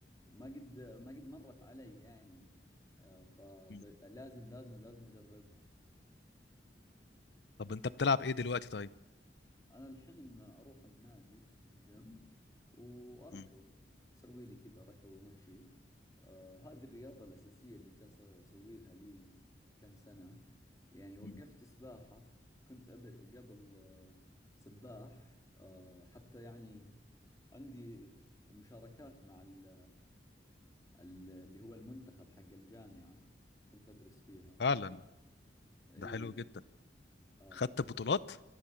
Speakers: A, on the left (about 20°); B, on the left (about 70°).
A: وما قد ما قد مرت علي يعني آه، فلازم
B: مم.
A: لازم لازم اجربها
B: طب انت بتلعب ايه دلوقتي طيب
A: أنا الحين أروح النادي الجيم وأركض
B: مم.
A: أسوي لي كذا ركض ومشي آه هذه الرياضة الأساسية اللي جالسة أسويها لي كم سنة يعني وقفت
B: مم.
A: سباحة كنت أب- قبل آه سباح آه حتى يعني عندي مشاركات مع ال- ال- اللي هو المنتخب حق الجامعة اللي كنت أدرس فيها
B: فعلا
A: إي
B: ده حلو جدا
A: آه
B: خدت بطولات